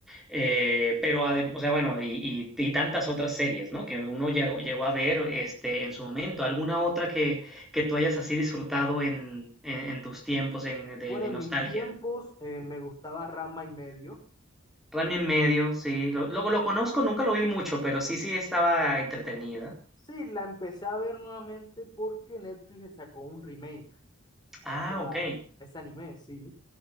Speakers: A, in the centre; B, on the left (about 20°).
A: Eh, pero, adem- o sea, bueno, y, y- y tantas otras series, ¿no? Que uno llegó, llegó a ver este, en su momento. ¿Alguna otra que, que tú hayas así disfrutado en, en- en tus tiempos en- de,
B: Bueno,
A: de
B: en
A: nostalgia?
B: mis tiempos eh, me gustaba Rama y medio.
A: Rami en medio, sí. Lo, lo, lo conozco, nunca lo vi mucho, pero sí, sí estaba entretenida.
B: Sí, la empecé a ver nuevamente porque Netflix le sacó un remake a
A: Ah,
B: esa,
A: ok.
B: a ese anime, sí.